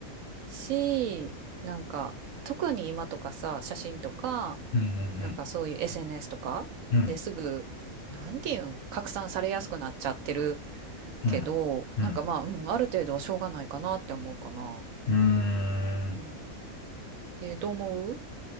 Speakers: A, on the right (about 70°); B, on the left (about 55°).
A: し、なんか、特に今とかさ、写真とか、
B: うん。
A: なんかそういう
B: うん。
A: SNS とかですぐ、
B: うん。
A: なんていうん、拡散されやすくなっちゃってる
B: うん。
A: けど、
B: うん。
A: なんかまあ、
B: うん。
A: うん、ある程度はしょうがないかなって思うかな。
B: うーん
A: うん。で、どう思う